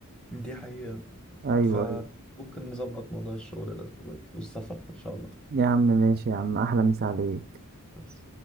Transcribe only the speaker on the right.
ايوه
ايوه
يا عم ماشي يا عم احلى مسا عليك